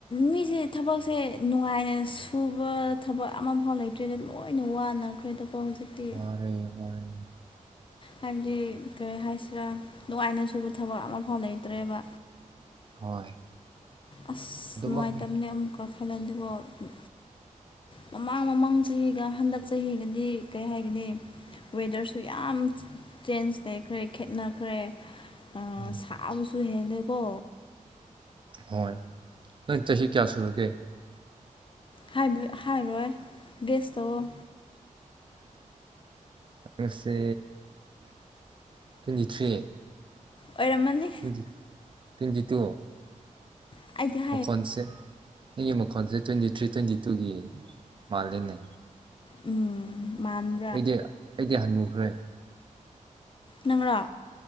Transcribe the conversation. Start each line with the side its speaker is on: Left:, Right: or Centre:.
Left: ꯃꯤꯁꯦ ꯊꯕꯛꯁꯦ ꯅꯨꯡꯉꯥꯏꯅ ꯁꯨꯕ ꯊꯕꯛ ꯑꯃꯐꯥꯎ ꯂꯩꯇ꯭ꯔꯦꯗ ꯂꯣꯏꯅ ꯋꯥꯅꯈ꯭ꯔꯦꯗꯀꫭ ꯍꯧꯖꯤꯛꯇꯤ
Right: ꯋꯔꯦ ꯋꯔꯦ
Left: ꯍꯥꯏꯕꯗꯤ ꯀꯔꯤ ꯍꯥꯏꯁꯤꯔꯥ ꯅꯨꯡꯉꯥꯏꯅ ꯁꯨꯕ ꯊꯕꯛ ꯑꯃꯐꯥꯎ ꯂꯩꯇ꯭ꯔꯦꯕ
Right: ꯍꯣꯏ
Left: ꯑꯁ
Right: ꯑꯗꯨꯃꯛꯅꯤ
Left: ꯅꯨꯡꯉꯥꯏꯇꯕꯅꯦ ꯑꯃꯨꯛꯀ ꯈꯜꯂꯑꯗꯤꯀꫭ ꯃꯃꯥꯡ ꯃꯃꯥꯡ ꯆꯍꯤꯒ ꯍꯟꯗꯛ ꯆꯍꯤꯒꯗꯤ ꯀꯩ ꯍꯥꯏꯒꯅꯤ ꯋꯦꯗꯔꯁꯨ ꯌꯥꯝ ꯆꯦꯟꯖ ꯂꯩꯈ꯭ꯔꯦ ꯈꯦꯅꯈ꯭ꯔꯦ ꯑꯥ
Right: ꯎꯝ
Left: ꯁꯥꯕꯁꯨ ꯍꯦꯜꯂꯦꯀꯣ
Right: ꯍꯣꯏ ꯅꯪ ꯆꯍꯤ ꯀꯌꯥ ꯁꯨꯔꯒꯦ
Left: ꯍꯥꯏꯕ ꯍꯥꯏꯔꯣꯏ ꯒꯦꯁꯇꯧꯋꫭ
Right: ꯉꯪꯁꯤ ꯇ꯭ꯋꯦꯟꯇꯤ ꯊ꯭ꯔꯤ
Left: ꯑꯣꯏꯔꯝꯃꯅꯤ
Right: ꯇ꯭ꯋꯦꯟꯇꯤ ꯇ꯭ꯋꯦꯟꯇꯤ ꯇꯨ
Left: ꯑꯥ <unintelligible>
Right: ꯃꯈꯣꯟꯁꯦ ꯃꯤꯒꯤ ꯃꯈꯣꯟꯁꯦ ꯇ꯭ꯋꯦꯟꯇꯤ ꯊ꯭ꯔꯤ ꯇ꯭ꯋꯦꯟꯇꯤ ꯇꯨꯒꯤ ꯃꯥꯂꯦꯅꯦ
Left: ꯎꯝ ꯃꯥꯟ
Right: ꯑꯩꯗꯤ ꯑꯩꯩꯗꯤ ꯍꯉꯨꯈ꯭ꯔꯦ
Left: ꯅꯪꯔꯣ